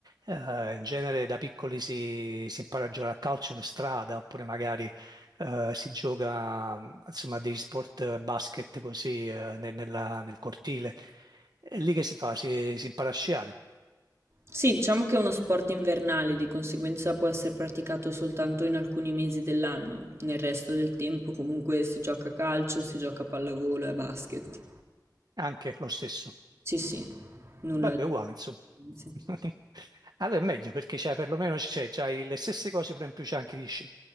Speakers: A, on the right; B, on the right.
A: eh, in genere da piccoli si, si impara a giocare a calcio in strada oppure magari eh, si gioca mh, insomma degli sport eh, basket così eh, ne- nella- nel cortile. È lì che si fa, si, si impara a sciare,
B: Sì, diciamo che è uno sport invernale, di conseguenza può essere praticato soltanto in alcuni mesi dell'anno. Nel resto del tempo comunque si gioca a calcio, si gioca a pallavolo e a basket.
A: anche lo stesso.
B: Sì, sì, nulla
A: Vabbè,
B: di
A: uguale insomma.
B: differenza.
A: <laughs> Allora è meglio perché c'è perlomeno c'è, c'hai le stesse cose, però in più c'è anche gli sci.